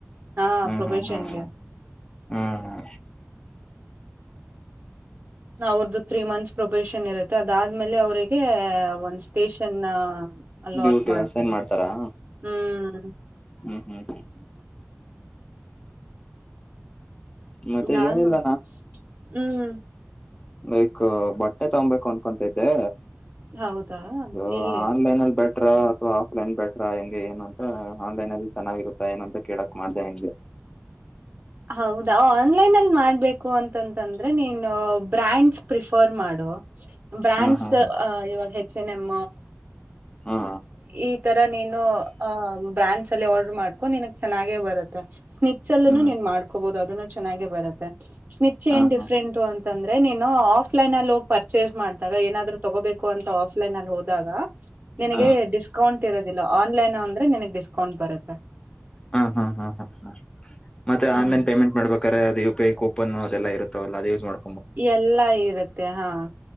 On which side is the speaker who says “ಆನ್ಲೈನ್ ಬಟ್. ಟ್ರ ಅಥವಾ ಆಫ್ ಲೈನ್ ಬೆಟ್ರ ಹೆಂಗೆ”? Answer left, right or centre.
Left